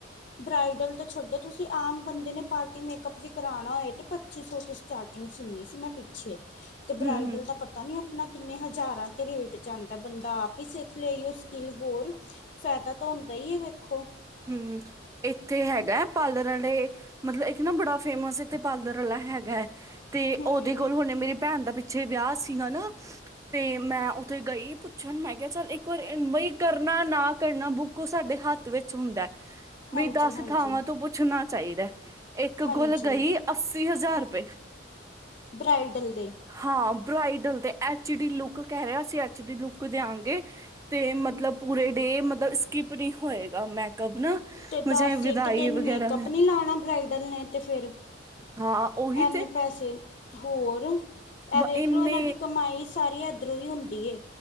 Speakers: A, on the left (about 40°); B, on the right (about 15°).
A: ਬਰਾਈਡਲ ਤਾਂ ਛੱਡੋ ਤੁਸੀਂ ਆਮ ਬੰਦੇ ਨੇ ਪਾਰਟੀ ਮੇਕਅੱਪ ਵੀ ਕਰਾਉਣਾ ਹੋਏ ਤੇ ਪੱਚੀ ਸੌ ਤੁਸ ਸਟਾਰਟਿੰਗ ਸੁਣਨੀ ਸੀ ਮੈਂ ਛੇ ਤੇ ਬਰਾਈਡਲ
B: ਹਮ
A: ਦਾ ਪਤਾ ਨੀ ਕਿੰਨੇ ਹਜ਼ਾਰਾਂ ਤੇ ਰੇਟ ਜਾਂਦੈ ਬੰਦਾ ਆਪ ਹੀ ਸਿੱਖ ਲੇ ਅਹੀਉ ਸਕਿੱਲ ਹੋਰ ਫਾਇਦਾ ਤਾਂ ਹੁੰਦਾ ਹੀ ਹੈ ਵੇਖੋ
B: ਹਮ ਇੱਥੇ ਹੈਗ ਗੈ ਪਾਲਰ ਆਲੇ ਮਤਲਬ ਇੱਕ ਨਾ ਬੜਾ ਫੇਮਸ ਇੱਥੇ ਪਾਰਲਰ ਵਾਲਾ ਹੈਗਾ ਤੇ
A: ਹੂੰ
B: ਉਹਦੇ ਕੋਲ ਹੁਣੇ ਮੇਰੀ ਭੈਣ ਦਾ ਪਿੱ ਛੇ ਵਿਆਹ ਸੀਗਾ ਨਾ ਤੇ ਮੈਂ ਉੱਥੇ ਗਈ ਪੁੱਛਣ ਮੈਂ ਕਿਹਾ ਚਲ ਇੱਕ ਵਾਰਈ ਬਈ ਕਰਨਾ ਨਾ ਕਰਨਾ ਬੁੱਕ ਉਹ ਸਾਡੇ ਹੱਥ ਵਿੱਚ ਚ ਹੁੰਦੈ
A: ਹਾਂਜੀ
B: ਵੀ ਦਸ
A: ਹਾਂਜੀ
B: ਥਾਵਾਂ ਤੋਂ ਪੁੱਛਣਾ ਚਾਹੀਦੈ। ਇੱਕ
A: ਹਾਂਜੀ
B: ਕੋਲ ਗਈ ਅੱਸੀ ਹਜ਼ਾਰ ਰੁਪਏ
A: ਬਰਾਈਡਲ ਦੇ
B: ਹਾਂ ਬਰਾਈਡਲ ਤੇ ਐਚ ਡੀ ਲੁੱਕ ਕਹਿ ਰਿਹਾ ਸੀ ਐਚ ਡੀ ਲੁੱਕ ਦੇਆਂਗੇ ਤੇ ਮਤਲਬ ਪੂਰੇ ਡੇ ਮਤਲਬ ਸਕਿਪ ਨਹੀਂ ਹੋਏਗਾ। ਮੇਕ ਅੱਪ ਨਾ
A: ਤੇ ਦੱਸ
B: ਚਾਹੇ
A: ਇੱਕ
B: ਵਿਦਾਈ
A: ਦਿਨ
B: ਵਗੈਰਾ
A: ਮੇਕਅੱਪ ਨੀ ਲਾਉਣਾ ਬਰਾਈਡਲ ਨੇ ਤੇ ਫਿਰ
B: ਹਾਂ ਉਹੀ
A: ਐਨੇ
B: ਤੇ
A: ਪੈਸੇ ਹੋਰ ਐ
B: ਮ-
A: ਵੇਖਲੋ
B: ਇੰਨੇ
A: ਇਹਨਾਂ ਦੀ ਕਮਾਈ ਸਾਰੀ ਰੂਈ ਹੁੰਦੀ ਹੈ।